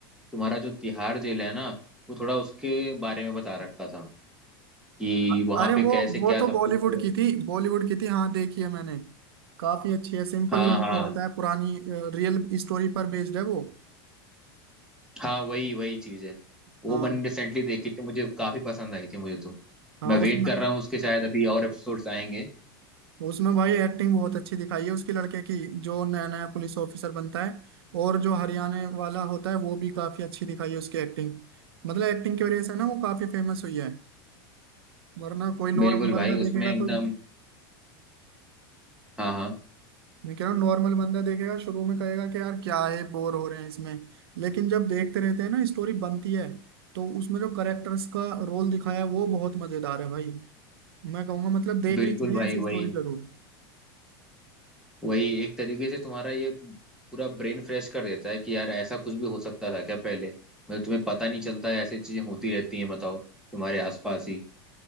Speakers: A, in the centre; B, on the right (about 85°).
A: तुम्हारा जो तिहाड़ जेल है ना वो थोड़ा उसके बारे में बता रखा था कि
B: अ-
A: वहां
B: अरे
A: पे
B: वो
A: कैसे क्या
B: वो तो
A: सब
B: बॉलीवुड
A: कुछ है।
B: की थी बॉलीवुड की थी हाँ देखी है मैंने काफी अच्छी है सिंपल
A: हाँ
B: लड़का
A: हाँ
B: होता है पुरानी रियल स्टोरी पर बेस्ड है वो
A: हाँ वही वही चीज है वो
B: हाँ
A: मैंने रिसेंटली देखी थी मुझे काफी पसंद आई थी मुझे तो
B: हाँ
A: मैं
B: उसमें
A: वेट कर रहा हूँ उसके शायद अभी और एपिसोड्स आएंगे
B: उसमें भाई एक्टिंग बहुत अच्छी दिखाई है उसके लड़के की जो नया नया पुलिस ऑफिसर बनता है और जो हरियाणा वाला होता है वो भी काफी अच्छी दिखाई है उसकी एक्टिंग मतलब एक्टिंग की वजह से ना वो काफी फेमस हुई है वरना कोई नॉर्मल
A: बिल्कुल
B: बंदा
A: भाई
B: देखेगा
A: उसमें एकदम
B: तो
A: हाँ हाँ
B: मैं कह रहा हूँ नॉर्मल बंदा देखेगा शुरू में कहेगा कि यार क्या है बोर हो रहे हैं इसमें लेकिन जब देखते रहते हैं ना स्टोरी बनती है तो उसमें जो करेक्टर्स का रोल दिखाया है वो बहुत मजेदार है भाई मैं कहूंगा मतलब देखनी
A: बिल्कुल
B: चाहिए
A: भाई
B: ऐसी स्टोरी
A: वही
B: जरूर
A: वही एक तरीके से तुम्हारा ये पूरा ब्रेन फ्रेश कर देता है कि यार ऐसा कुछ भी हो सकता था क्या पहले मतलब तुम्हें पता नहीं चलता है ऐसी चीजें होती रहती हैं बताओ तुम्हारे आसपास ही